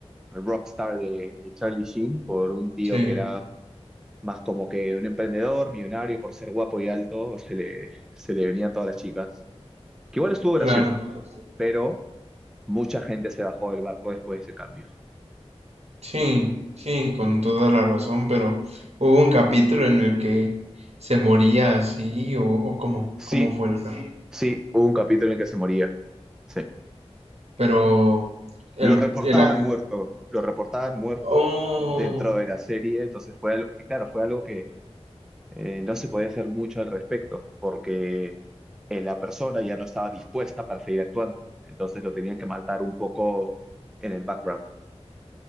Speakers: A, in the centre; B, on the right.
A: al rockstar de, de Charlie Sheen, por un tío
B: sí,
A: que era más como que un emprendedor, millonario, por ser guapo y alto, se le, se le venían todas las chicas. Que igual estuvo gracioso,
B: claro.
A: pero mucha gente se bajó del barco después de ese cambio.
B: Sí, sí, con toda la razón, pero hubo un capítulo en el que se moría así, o, o cómo,
A: Sí,
B: cómo fue el caso.
A: Sí, hubo un capítulo en el que se moría. Sí.
B: Pero el,
A: Lo reportaban
B: el ac-
A: muerto, lo reportaban muerto
B: Oh,
A: dentro de la serie, entonces fue algo, es que claro, fue algo que eh, no se podía hacer mucho al respecto, porque eh, la persona ya no estaba dispuesta para seguir actuando, entonces lo tenían que matar un poco en el background.